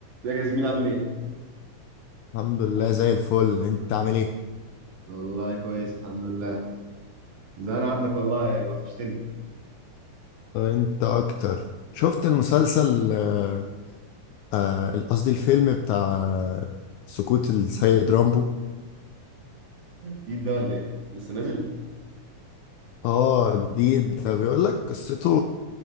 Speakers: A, on the right (about 60°); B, on the left (about 80°).
A: ازيك يا زميلي عامل ايه؟
B: الحمد لله زي الفل انت عامل ايه
A: والله كويس الحمد لله زهقان عنك والله وحشتني
B: انت اكتر شفت المسلسل آه، آه، قصدي الفيلم بتاع سقوط السيد رامبو
A: ده جديد ده ولا ايه؟ لسه نازل؟
B: اه جديد ده بيقول لك قصته